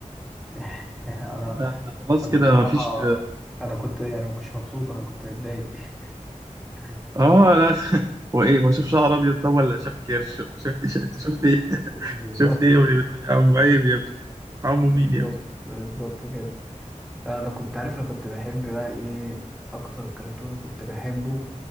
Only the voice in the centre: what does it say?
<laughs> انا
انا
بصراحه
انا كنت يعني ما كنتش مبسوط انا كنت متضايق <laughs>
بالظبط
بالظبط
بالظبط كده انا كنت عارف انا كنت بحب بقى ايه اكتر كرتون كنت بحبه